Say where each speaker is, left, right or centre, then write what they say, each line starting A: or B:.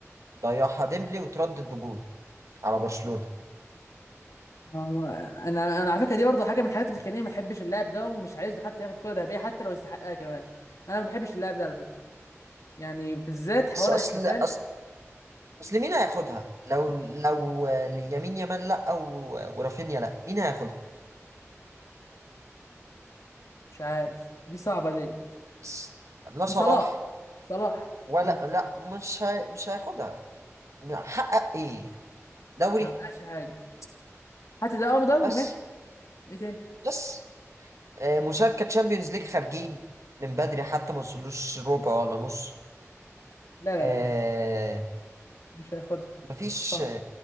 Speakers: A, on the right (about 75°); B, on the left (about 85°).
A: ضيعها ديمبلي وتردد بجول على برشلونة
B: ما هو انا انا على فكره دي برضه حاجه من الحاجات اللي بتخليني ما احبش اللاعب ده ومش عايزه حتى ياخد كره ذهبيه حتى لو يستحقها كمان انا ما بحبش اللاعب ده على فكره يعني بالذات حوار
A: بس أصل
B: الاحتفال
A: أصل أصل مين هياخدها؟ لو لو اليمين يامال لأ و- ورافينيا لأ مين هياخدها؟
B: مش عارف دي صعبة ديت
A: بس لا صلاح
B: صلاح صلاح
A: ولا
B: امم
A: لأ مش هي... مش هياخدها حقق إيه؟ دوري
B: ما معقاش حاجة حتى ده اه دوري
A: بس
B: ماشي ايه تاني
A: بس آه، مشاركة تشامبيونز ليج خارجين من بدري حتى ما وصلوش ربع ولا نص
B: لا لا
A: آه،
B: لا مش هياخدها
A: مفيش
B: صعب